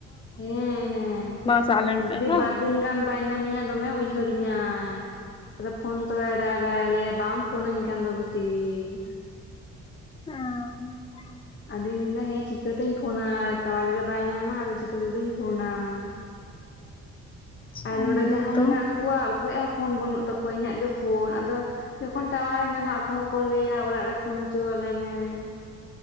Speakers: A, on the left; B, on the left.
A: ᱦᱮᱸ ᱦᱮᱸ,
B: ᱥᱟᱦ ᱞᱮᱱᱠᱷᱟᱡ
A: ᱡᱩᱫᱤ
B: ᱵᱟᱝ?
A: ᱵᱟᱨ ᱫᱤᱱ ᱜᱟᱱᱼᱼ ᱵᱟᱭ ᱧᱟᱢᱤᱧᱟ ᱫᱚᱢᱮ ᱩᱭᱦᱟᱹᱨᱤᱧᱟᱭ ᱾ ᱟᱫᱚ ᱯᱷᱳᱱ ᱛᱚᱲᱟ ᱫᱟᱜᱟᱭ ᱞᱟᱹᱭᱟᱭ ᱵᱟᱢ ᱯᱷᱳᱱᱟᱹᱧ ᱠᱟᱱ ᱫᱚ ᱵᱤᱴᱤ ᱾
B: ᱚ <unintelligible>
A: ᱟᱫᱩᱧ ᱞᱟᱹᱭᱟᱭᱟ ᱪᱤᱠᱟᱹᱛᱤᱧ ᱯᱷᱳᱱᱟ, ᱴᱟᱣᱟᱨ ᱜᱮ ᱵᱟᱭ ᱧᱟᱢᱟ ᱟᱫᱚ ᱪᱤᱠᱟᱹ ᱞᱮᱠᱟᱛᱤᱧ ᱯᱷᱳᱱᱟ ᱾
B: ᱟᱪᱪᱷᱟ
A: ᱟᱨ ᱱᱚᱸᱰᱮ
B: ᱦᱮᱸ
A: ᱡᱟᱦᱟᱸᱭ
B: ᱛᱚ᱾
A: ᱦᱮᱱᱟᱜ ᱠᱚᱣᱟ ᱚᱠᱚᱭᱟᱜ ᱦᱚᱸ ᱯᱷᱳᱱ ᱵᱟᱹᱱᱩᱜ ᱼᱼ ᱛᱚᱠᱚ ᱤᱧᱟᱹᱜ ᱜᱮ ᱯᱷᱳᱱ ᱟᱫᱚᱼᱼ ᱡᱚᱠᱷᱚᱱ ᱴᱟᱣᱟᱨᱮ ᱧᱟᱢᱟ ᱟᱠᱚᱦᱚᱸ ᱠᱚ ᱞᱟᱹᱭᱟ ᱚᱲᱟᱜ ᱨᱮ ᱯᱷᱳᱱ ᱦᱚᱪᱚ ᱟᱞᱮ ᱢᱮ ᱾